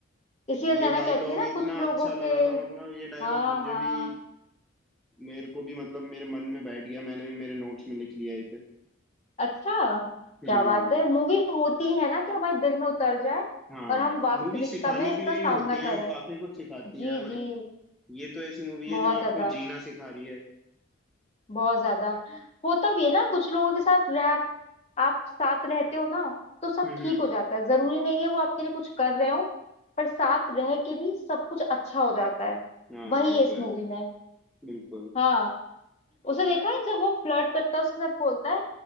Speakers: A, on the left (about 30°); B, in the centre.
A: इसीलिए
B: ये
A: नैना
B: डायलॉग
A: कहती है ना
B: इतना
A: कुछ लोगों
B: अच्छा लगा
A: के
B: था मतलब ये डायलॉग
A: हाँ
B: मुझे
A: हाँ
B: भी मेरे को भी मतलब मेरे मन में बैठ गया मैंने भी मेरे नोट्स में लिख लिया इसे
A: अच्छा
B: हम्म
A: क्या बात है मूवी होती है ना कि हमारे दिल में उतर जाए
B: हाँ
A: और हम वास्तविकता
B: मूवी सिखाने
A: में इसका
B: के लिए
A: सामना
B: ही होती
A: करें
B: है वो काफी कुछ सिखाती
A: जी
B: हैं और
A: जी
B: ये तो ऐसी मूवी
A: बहुत
B: है जो आपको
A: ज्यादा
B: जीना सिखा रही है
A: बहुत ज्यादा होता भी है ना कुछ लोगों के साथ रह आप साथ रहते हो ना तो सब
B: हम्म
A: ठीक
B: हम्म,
A: हो जाता है जरूरी नहीं है वो आपके लिए कुछ कर रहे हो पर साथ रह के भी सब कुछ अच्छा हो जाता है
B: हाँ
A: वही
B: ये
A: है
B: तो
A: इस मूवी
B: है
A: में
B: बिल्कुल
A: हाँ उसे देखा है जब वो फ्लर्ट करता है उसके साथ बोलता है